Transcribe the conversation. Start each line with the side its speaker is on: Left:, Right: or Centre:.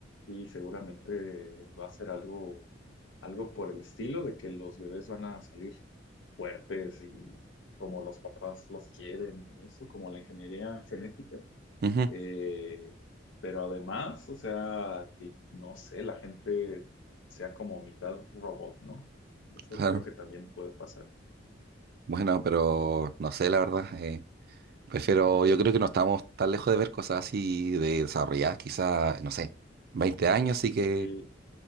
Left: sí, seguramente va a ser algo, algo por el estilo de que los bebés van a salir fuertes y, y como los papás los quieren y eso, como la ingeniería genética.
Right: Ujú,
Left: Eh, pero además, o sea, que no sé, la gente sea como mitad robot, ¿no? Eso
Right: claro.
Left: creo que también puede pasar.
Right: Bueno, pero no sé, la verdad. eh, prefiero,
Left: <laughs>
Right: yo creo que no estamos tan lejos de ver cosas así de desarrolladas, quizás, no sé, 20 años, así que
Left: Sí,